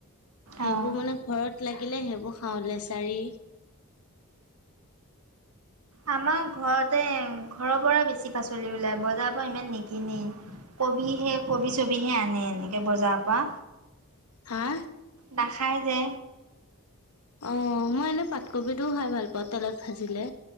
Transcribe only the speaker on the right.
অ',
আমাৰ ঘৰতে ঘৰৰ পৰা বেছি পাচলি ওলায় বজাৰৰ পা ইমান নিকিনেই। কবিহে কবি ছবিহে আনে এনেকে বজাৰ পৰা।
নাখাই যে